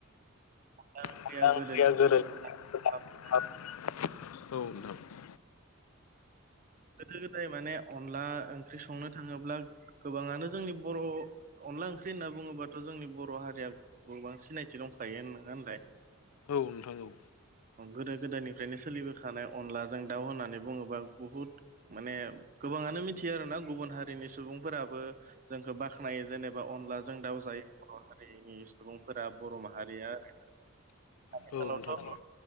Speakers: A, on the right; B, on the left.
A: अनला ओंख्रिया
B: <inaudible>
A: गोदोनि गोदो
B: औ नोंथां।
A: गोदो गोदाय माने अनला ओंख्रि संनो थाङोब्ला गोबाङानो जोंनि बर' अनला ओंख्रि होनना बुङोबाथ' जोंनि बर' हारिया गोबां सिनायथि दंखायो होनङा होनलाय?
B: औ नोंथां नंगौ।
A: गोदो गोदायनिफ्रायनो सोलिबोखानाय अनलाजों दाउ होननानै बुङोब्ला बुहुद माने गोबाङानो मिथियो आरोना गुबुन हारिनि सुबुंफोराबो जोंखौ बाख्नायो जेनेबा अनलाजों दावउजायो बर' हारिनि सुबुंफोरा बर' माहारिया आथिखालावथ'
B: औ नोंथां औ